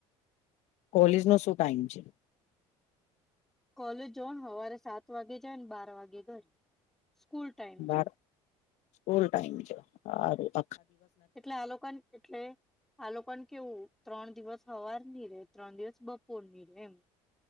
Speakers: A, on the left; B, in the centre.
A: કોલેજ નો શું ટાઈમ છે.
B: કોલેજ જ ને સવારે સાત વાગે જાય ને બાર વાગે ઘરે સ્કૂલ ટાઈમ
A: બાર
B: જવ.
A: સ્કૂલ ટાઈમ છે હ
B: એટલે આલોકન એટલે આલોકન કેવું ત્રણ દિવસ હવાર ની રહે ત્રણ દિવસ બપોર ની ર રહે એમ